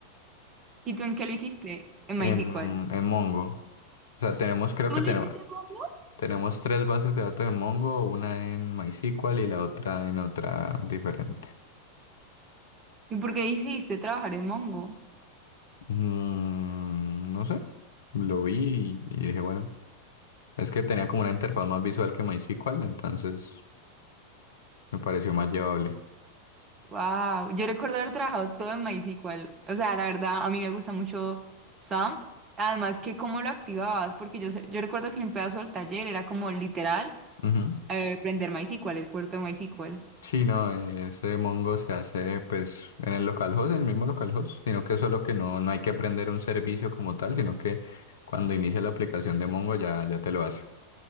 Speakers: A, on the right; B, on the left.
A: ¿Y tú en qué lo hiciste? En
B: en,
A: MySQL.
B: en Mongo. O sea, tenemos, creo
A: ¿Tú
B: que
A: lo
B: tenemos,
A: hiciste en Mongo?
B: tenemos tres bases de datos de Mongo, una en MySQL y la otra en otra diferente.
A: ¿Y por qué hiciste trabajar en Mongo?
B: Mm, no sé, lo vi y y dije, bueno. Es que tenía como una interfaz más visual que MySQL, entonces me pareció más llevable.
A: Wow, yo recuerdo haber trabajado todo en MySQL. O sea, la verdad, a mí me gusta mucho SAMP. Además, que cómo lo activabas, porque yo, sé- yo recuerdo que en un pedazo del taller era como literal
B: Ujú.
A: eh, prender MySQL, el puerto de MySQL.
B: Sí, no, ese Mongo se hace pues en el localhost, en el mismo localhost, sino que solo que no, no hay que aprender un servicio como tal, sino que cuando inicia la aplicación de Mongo ya, ya te lo hace.